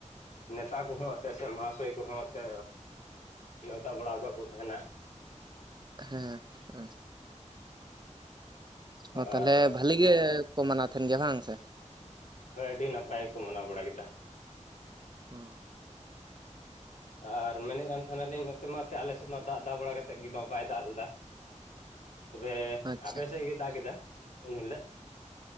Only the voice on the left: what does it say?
ᱱᱮᱛᱟ ᱠᱚᱦᱚᱸ ᱮᱱᱛᱮ ᱥᱮ ᱢᱚᱦᱟᱥᱚᱭ ᱠᱚᱦᱚᱸ ᱮᱱᱛᱮ ᱱᱮᱶᱛᱟ ᱵᱟᱲᱟ ᱟᱠᱟᱫ ᱠᱚ ᱛᱟᱦᱮᱱᱟ᱾
ᱟᱨ
ᱦᱳᱭ ᱟᱹᱰᱤ ᱱᱟᱯᱟᱭ ᱠᱚ ᱢᱟᱱᱟᱣ ᱵᱟᱲᱟ ᱠᱮᱫᱟ᱾
ᱟᱨ ᱢᱮᱱᱮᱫ ᱠᱟᱱ ᱛᱟᱦᱮᱱᱟᱞᱤᱧ ᱱᱚᱛᱮ ᱢᱟ ᱮᱛᱮᱫ ᱟᱞᱮ ᱥᱮᱫ ᱢᱟ ᱫᱟᱜ ᱫᱟᱜ ᱵᱟᱲᱟ ᱠᱟᱛᱮᱫ ᱜᱮ ᱵᱟᱭ ᱫᱟᱜ ᱞᱮᱫᱟ᱾ ᱛᱚᱵᱮ
ᱟᱯᱮ ᱤᱮᱫ ᱜᱮ ᱫᱟᱜ ᱠᱮᱫᱟ ᱩᱱᱦᱤᱞᱟᱹᱜ᱾